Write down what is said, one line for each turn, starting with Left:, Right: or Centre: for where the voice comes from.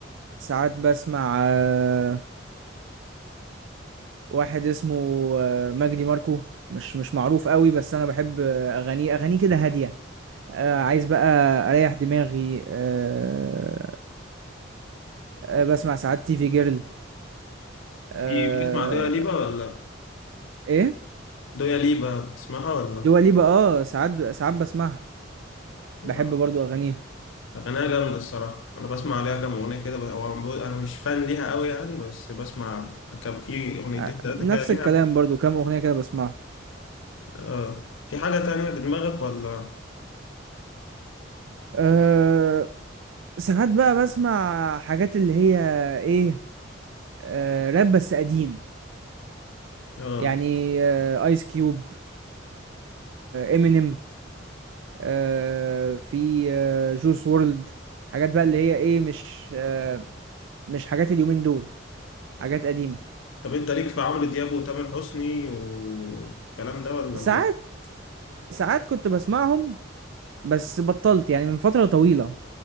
Right: ساعات بسمع آه، واحد اسمه آه، مجدي ماركو مش مش معروف قوي بس انا بحب آه، اغانيه اغانيه كده هاديه آه، عايز بقى اريح دماغي آه، آه، بسمع ساعات تي في جيرل آه،
Left: في بتسمع دويا ليبا ولا
Right: ايه
Left: دويا ليبا بتسمعها ولا
Right: دوا ليبا اه ساعات ساعات بسمعها
Left: آه،
Right: بحب برضو اغانيها
Left: أغانيها جامدة الصراحة أنا بسمع عليها كام أغنية كده ب- هو ب- أنا مش فان ليها أوي يعني بس بسمع كام في أغنيتين
Right: آه،
Left: تلاتة
Right: نفس
Left: كده ليها
Right: الكلام برضو كام اغنيه كده بسمعها
Left: آه في حاجة تانية في دماغك ولا
Right: أه ساعات بقى بسمع حاجات اللي هي ايه أه راب بس قديم
Left: آه
Right: يعني آه، ايس كيوب امينيم آه، في آه، جوس وورلد حاجات بقى اللي هي ايه مش آه، مش حاجات اليومين دول حاجات قديمة
Left: طب أنت ليك في عمرو دياب وتامر حسني والكلام ده ولا
Right: ساعات
Left: مالك؟
Right: ساعات كنت بسمعهم بس بطلت يعني من فترة طويلة